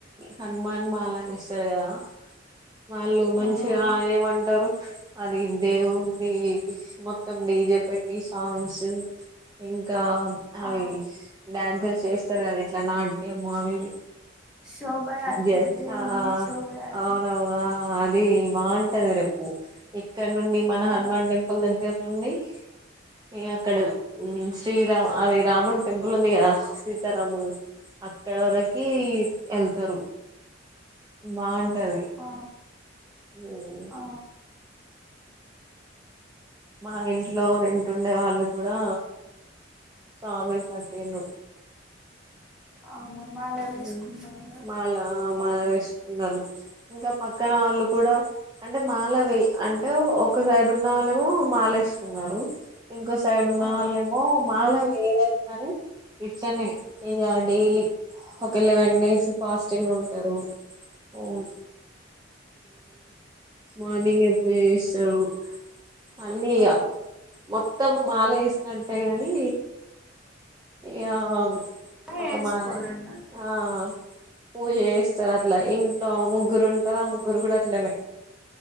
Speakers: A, on the right; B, in the centre.
A: హనుమాన్ బాలాష్ వారు కదా వాళ్ళు మంచిగా
B: ఆ అవును
A: ఏమంటారు అది దేవున్ది మొత్తం డీజే పెట్టి సాంగ్స్ ఇంకా, అవి
B: ఆ
A: డ్యాంకలు చేస్తారు కదా ఇట్ల్ ల నాట్ ట్యము అవి ఇవి
B: శోభయాత్ర
A: జేస్
B: దేవుంది
A: ఆ
B: శోభయాత్ర
A: ఆ అవును అవును హ అదే బాగుంటది రెప్పు ఎ క్కడ నుండి మన హనుమాన్
B: ఆ
A: టెంపుల్ దగ్గర్ నుండి ఇగ అక్కడ శ్రీరాం అది రామున్ టెంపుల్ ఉంది కదా సీతారాముల్. అక్కడ వరకి వెళ్తారు బాం టది
B: ఆ
A: మ్మ్
B: ఆ
A: మా ఇంట్లో రెంటుండే వాళ్ళు కూడా స్వామి పట్టిన్రు
B: అవునా మాల వేసుకున్నారా
A: మ్మ్ మాల ఆ మాల వేస్ కున్నరు ఇంకా పక్కన వాళ్ళు కూడా అంటే మాలవే అంటే ఒక సైడ్ ఉన్న వాళ్ళమో మాలేసుకున్నారు. ఇంకో సైడ్ ఉన్న
B: ఆ
A: వాళ్ళేమో మాలేం ఏదవుతారే ఇట్లనే ఇక డైలీ ఒక లెవెన్ డేస్ ఫాస్టింగ్ ఉంటారు ఉమ్ మార్నింగే పూజ చేస్సరు, అన్నీ ఇగ
B: ఆ ఆ
A: మొ తమ్ము మాల వేస్తం టె కానీ ఇగాం
B: వేసుకోరు
A: ఒక మాలే
B: అన్నట్టు
A: ఆ పూజేస్తారు అట్లా ఇంట్లో ముగ్గురు ఉంటారు ఆ ముగ్గురు కూడా అట్లనే